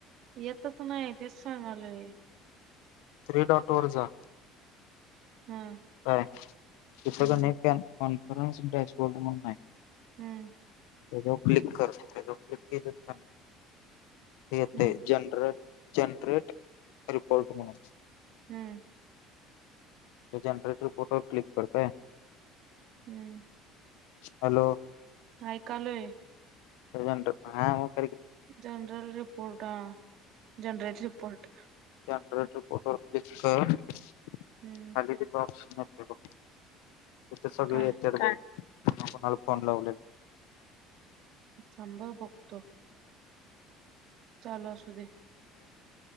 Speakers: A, on the right (about 60°); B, on the left (about 85°).
A: येतच नाही तेच सांगालोय
B: थ्री डॉट वर जा
A: हम्म
B: काय तिथ
A: हम्म
B: कनी कॉन्फरनसडॅशबोर्ड मनून
A: हम्म.
B: ते जेव्हा क्लिक कर तेच्यावर क्लिक केल की. ह <inaudible> ये
A: हम्म
B: ते जनरल जनरेट रिपोर्ट म्हणून.
A: हम्म.
B: जनरेट रीपोर्ट वर क्लिक कर काय.
A: हम्म.
B: हॅलो
A: ऐकालोय.
B: जनरेट हा <unintelligible>
A: जनरल रिपोर्टा आ. जनरेट रिपोर्ट
B: जनरल रिपोर्ट वर क्लिक कर.
A: हम्म
B: खालीदी त अपश <unintelligible> तिथे सगळे
A: काय
B: येतात बघ. कोणा कोणाला फोन लावलेत.
A: थांबा बघतो. चाल असू दे.